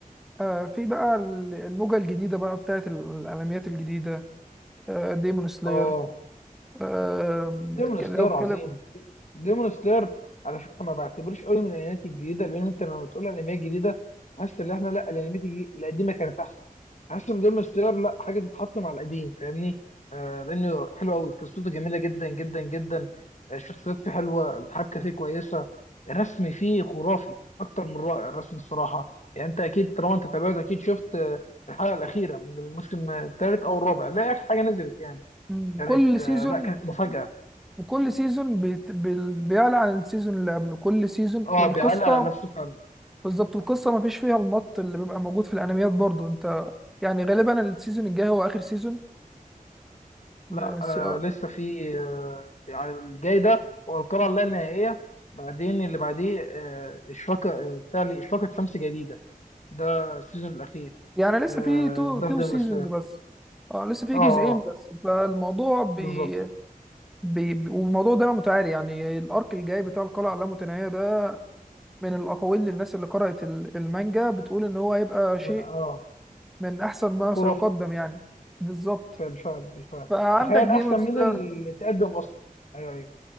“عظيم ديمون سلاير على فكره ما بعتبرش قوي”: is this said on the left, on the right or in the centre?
Left